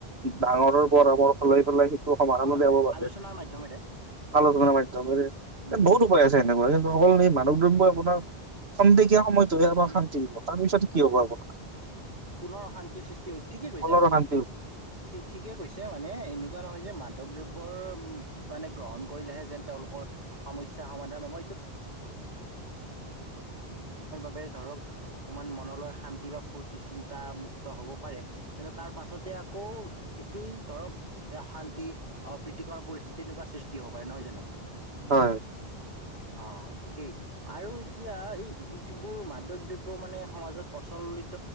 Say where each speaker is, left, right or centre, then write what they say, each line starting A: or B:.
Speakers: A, on the right; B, on the right.
A: ডাঙৰৰ
B: উম,
A: পৰামৰ্শ লৈ পেলাই সেইটো সমাধান
B: হয়
A: উলিয়াব
B: হয়
A: পাৰে।
B: আলোচনাৰ মাধ্যমেৰে
A: আলোচনাাৰ মাধ্যমে,
B: উম, উম,
A: বহুত উপায় আছে সেনেকুৱা কিন্তু অকল স মানক দ্ৰব্য আপোনাৰ সন্দে। সময়টো আবাৰ
B: উম,
A: শান্তি
B: উম,
A: দিব তাৰপিছত
B: হয়
A: কি হ'ব আপোনাৰ।
B: পুনৰ অশান্তিৰ সৃষ্টি ঠিকে কৈছে
A: মনৰ
B: আপুনি
A: অশান্তি হ'ব
B: ঠিকে কৈছে মানে। এনেকুৱা নহয় যে মাদক দ্ৰব্যৰ মানে গ্ৰহণ কৰিলেহে যেন তেওঁলোকৰ, সমস্যা সমাধান হ'ব। <unintelligible> ধৰক, অকমান মনলৈ শান্তি বা ফূৰ্তি চিন্ত মুুক্ত হ'ব পাৰে তাৰ পাছতে। আকৌ একেই ধৰক অশান্তি অপ্ৰীতিকৰ পৰিস্থিতি এনেকুৱা সৃষ্টি হ'ব পাৰে নহয় জানো।
A: হয়।
B: অ ঠিকেই আৰু এতিয়া এই যি। যিবোৰ মাদক দ্ৰব্য মানে সমাজত প্ৰচলিত